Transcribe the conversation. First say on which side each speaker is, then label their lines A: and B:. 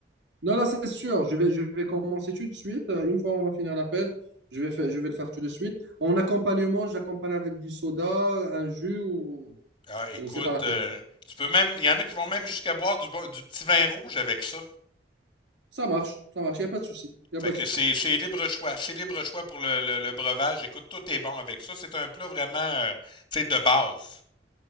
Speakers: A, on the right (about 85°); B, on the left (about 25°).
A: Non, là, c'est sûr. Je vais, je vais commencer tout de suite. Euh, Une fois on va finir l'appel, je vais faire, je vais le faire tout de suite. En accompagnement, j'accompagne avec du soda, un jus ou,
B: Ah, écoute,
A: ou c'est pas la peine.
B: euh, tu peux même, il y en a qui vont même jusqu'à boire du, bo- du petit vin rouge avec ça.
A: Ça marche, ça marche, il n'y a pas de souci, il n'y a
B: Fait
A: pas
B: que
A: de souci.
B: c'est c'est libre choix. C'est libre choix pour le, le- le breuvage. Écoute, tout est bon avec ça. C'est un plat vraiment, euh, tu sais, de base.